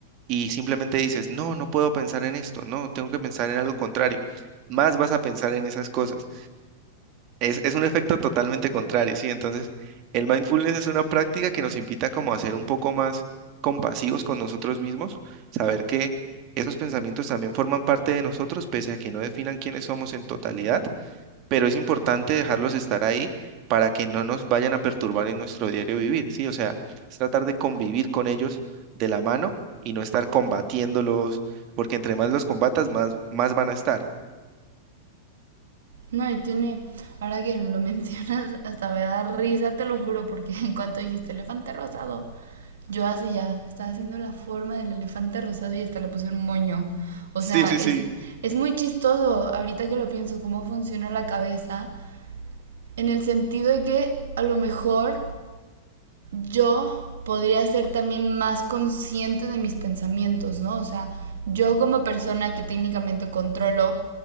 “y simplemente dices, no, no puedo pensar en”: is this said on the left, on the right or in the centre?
Right